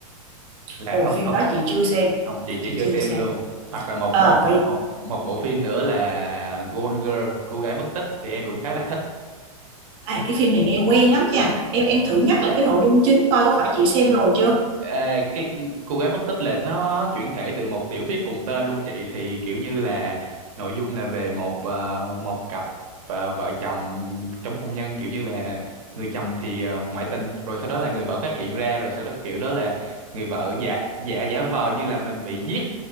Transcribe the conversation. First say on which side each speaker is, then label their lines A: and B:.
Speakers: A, on the right; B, on the right.
A: là
B: ồ
A: không
B: phim
A: không
B: đó chị chưa xem
A: không chị chị
B: chị
A: chưa
B: chưa
A: xem
B: xem
A: luôn. Hoặc là một
B: à
A: một
B: vậy
A: một một bộ phim nữa là Gone Girl, cô gái mất tích thì em cũng khá là thích.
B: à, cái phim này nghe quen lắm nha em em thử nhắc lại cái nội dung chính coi có phải chị xem rồi chưa
A: À, cái cô gái mất tích là nó chuyển thể từ một tiểu thuyết cùng tên luôn chị thì kiểu như là nội dung là về một ờ, một cặp ờ, vợ chồng trong hôn nhân kiểu như là người chồng thì ờ, ngoại tình rồi sau đó là người vợ phát hiện ra rồi sau đó kiểu đó là người vợ giả giả giả vờ như là mình bị giết